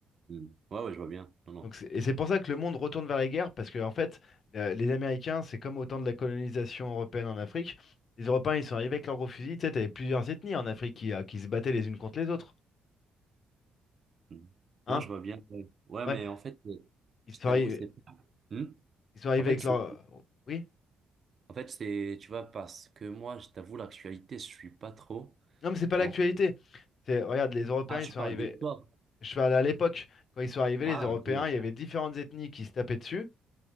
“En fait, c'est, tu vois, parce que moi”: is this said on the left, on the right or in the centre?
Right